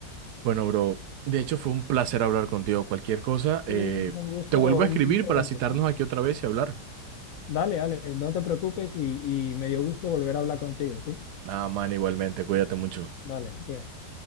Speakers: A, on the right (about 75°); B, on the left (about 65°).
A: Bueno, bro, de hecho fue un placer hablar contigo. Cualquier cosa,
B: Sí,
A: eh,
B: un gusto,
A: te vuelvo a
B: un
A: escribir
B: gusto
A: para
B: verte,
A: citarnos
B: ¿sí?
A: aquí otra vez y hablar.
B: Dale, dale, no te preocupes y, y me dio gusto volver a hablar contigo, ¿sí?
A: Ah, man, igualmente, cuídate mucho.
B: Dale, cuídate.